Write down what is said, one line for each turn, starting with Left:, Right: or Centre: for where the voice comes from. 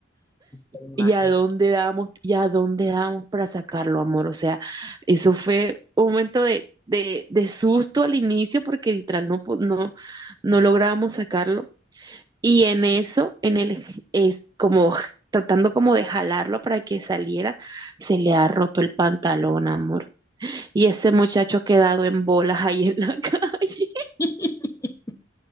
Left: ay, imagina.
Right: ¿Y a dónde damos, y a dónde damos para sacarlo, amor? O sea, eso fue un momento de, de, de susto al inicio porque literal no, po- no, no lográbamos sacarlo. Y en eso, en el, es como tratando como de jalarlo para que saliera, se le ha roto el pantalón, amor. y ese muchacho ha quedado en bolas ahí en la <laughs> calle.
Left: <laughs>